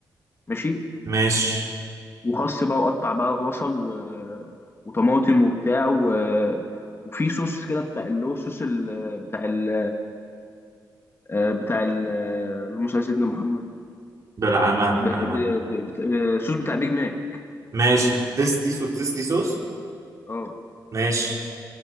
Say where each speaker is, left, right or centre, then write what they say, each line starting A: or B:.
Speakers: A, on the left; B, on the right.
A: ماشي
B: ماشي
A: وخس بقى وقطع بقى بصل و... وطماطم وبتاع و... وفي صوص كده بتاع اللي هو الصوص ال... بتاع ال... آه، بتاع ال... آه، اللهم صل على سيدنا محمد
B: بر على مهلك
A: ب... ب...
B: على مهلك
A: ب... بت... آه، صوص بتاع بيج ماك
B: ماشي تيستي صوص تيستي صوص
A: اه
B: ماشي